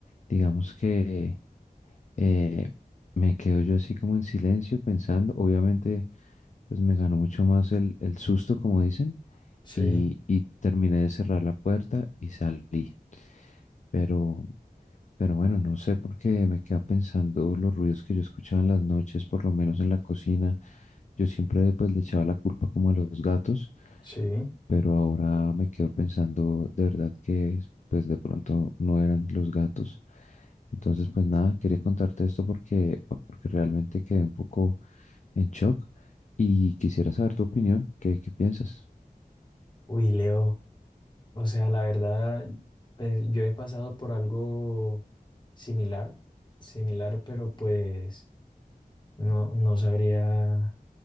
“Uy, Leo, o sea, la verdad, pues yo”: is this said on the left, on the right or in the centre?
Left